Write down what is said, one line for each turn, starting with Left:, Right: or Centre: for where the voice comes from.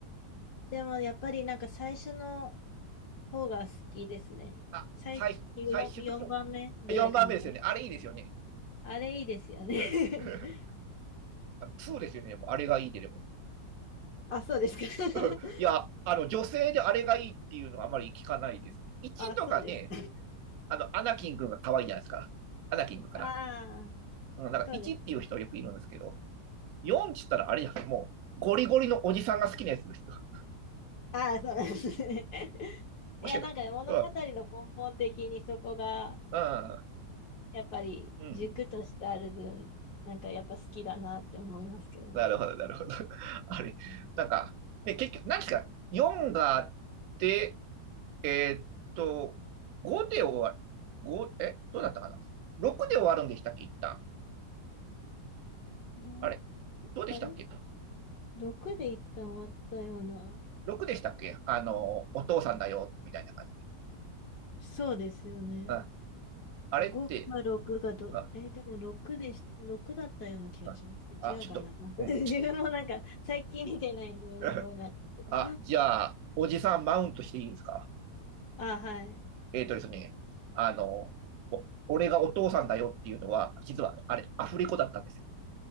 Left: でもやっぱりなんか最初の方が好きですね。
Right: あ、
Left: 最初、
Right: 最、
Left: 4、
Right: 最終とこ、
Left: 4番目ぐらいかみたいな。
Right: 4番目ですよね。あれいいですよね。
Left: あれいいですよね。
Right: うん。<laughs>
Left: <laughs>
Right: 2ですよね。もうあれがいいで、でも。
Left: あ、そうですか。<laughs>
Right: <laughs> いや、あの、女性であれがいいっていうのはあまり聞かないですね。1とかね、
Left: あ、そうですか。
Right: あの、アナキン君が可愛いじゃないですか。アナキン君かな。
Left: <laughs> ああ、
Right: うん、なんか1っていう人よくいるんですけど、
Left: そうです。
Right: 4って言ったらあれですもう、ゴリゴリのおじさんが好きなやつですよ。
Left: ああ、そうなんですね。<laughs>
Right: むしろ、
Left: いや、なんかね物語の根本的にそこが、
Right: そう、うん、
Left: やっぱり軸としてある分、
Right: うん。
Left: なんかやっぱ好きだなって思いますけどね。
Right: なるほど、なるほど。<laughs> あれ、なんか、で、結局、何ですか、4があって、えーっと、5で終わる、ごえ、どうだったかな ?6 で終わるんでしたっけ、一旦。
Left: ど
Right: あれ、どうでしたっけ
Left: あれ ?6 で一旦終わったような。
Right: ?6 でしたっけあの、お父さんだよ、みたいな感じ。
Left: そうですよね。
Right: うん。あれって、
Left: 5か6がど、
Right: うん、
Left: え、でも6でし、ろくだったような気がします。
Right: うん。あ、
Left: 違うかな。
Right: ちょっと、
Left: <laughs>
Right: うん、
Left: 自分もなんか最近見てないんで、
Right: ち
Left: うろ覚えないんですけど。
Right: <laughs> あ、じゃあ、おじさんマウントしていいですか
Left: あ、はい。
Right: えっ、とですね、あの、お俺がお父さんだよっていうのは、実はあれ、アフレコだったんですよ。